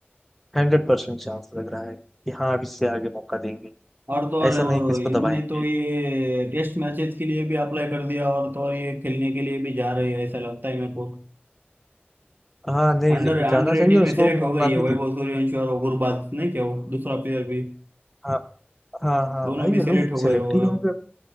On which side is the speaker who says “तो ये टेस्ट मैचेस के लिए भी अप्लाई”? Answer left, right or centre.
Right